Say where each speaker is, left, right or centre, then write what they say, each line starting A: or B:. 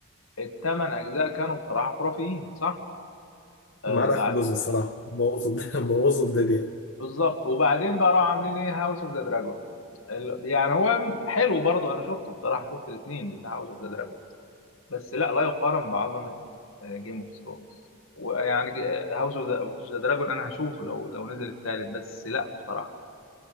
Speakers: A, on the left; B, on the left.
A: الثمان اجزاء كانوا بصراحه خرافيين صح آه
B: ما عدا
A: بعد
B: اخر جزء الصراحه بوظوا الد- <laughs> بوظوا الدنيا
A: بالظبط وبعدين بقى راحوا عاملين ايه هاوس اوف ذا دراجون ال- يعني هو حلو برضه انا شفته بصراحه شفت الاثنين بتاع هاوس اوف ذا دراجون بس لا لا يقارن بعظمه جيم اوف ثرونز ويعني هاوس اوف ذا دراجون انا هشوفه لو لو نزل الثالث بس لا بصراحه